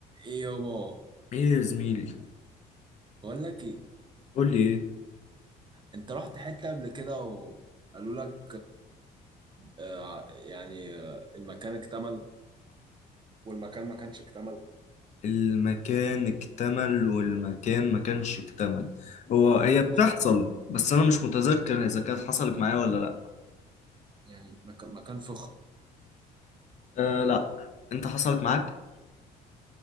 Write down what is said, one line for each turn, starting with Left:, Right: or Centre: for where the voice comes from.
Right: ايه يابا
Left: ايه يا زميلي
Right: بقول لك ايه
Left: قول لي ايه
Right: انت رحت حته قبل كده وقالوا لك آه يعني آه المكان اكتمل والمكان ما كانش اكتمل
Left: المكان اكتمل والمكان ما كانش اكتمل هو
Right: وكان
Left: هي
Right: فخم
Left: بتحصل بس انا مش متذكر اذا كانت حصلت معايا ولا لا
Right: يعني مك- مكان فخم
Left: آه لا انت حصلت معاك